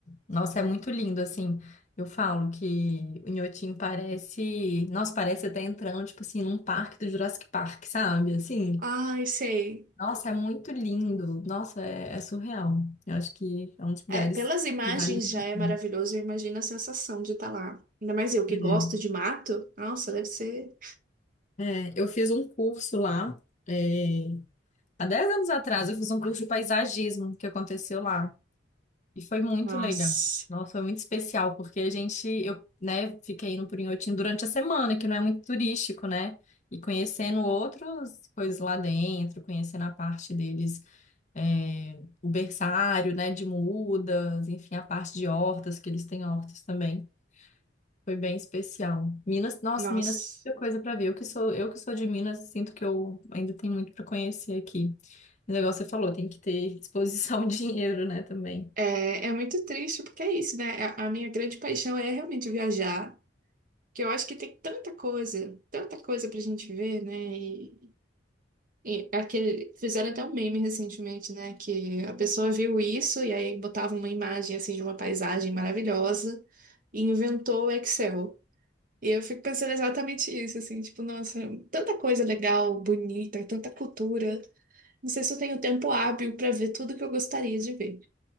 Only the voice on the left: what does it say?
Nossa, é muito lindo, assim. Eu falo que o Inhotim parece. Nossa, parece até entrando, tipo assim, num parque do Jurassic Park, sabe? Assim.
Nossa, é muito lindo. Nossa, é, é surreal. Eu acho que é um dos lugares
que vale muito
a
pena.
É. É, eu fiz um curso lá. é, Há 10 anos atrás, eu fiz um curso de paisagismo que aconteceu lá. E foi muito
legal. Nossa, foi muito especial, porque a gente, eu, né, fiquei indo por Inhotim durante a semana, que não é muito turístico, né? E conhecendo outras coisas lá dentro, conhecendo a parte deles, é, o berçário, né, de mudas, enfim, a parte de hortas, que eles têm hortas também. Foi bem especial. Minas, nossa,
Minas tem muita coisa para ver. Eu que sou, eu que sou de Minas, sinto que eu ainda tenho muito para conhecer aqui. O negócio você falou, tem que ter disposição, <laughs> dinheiro, né, também.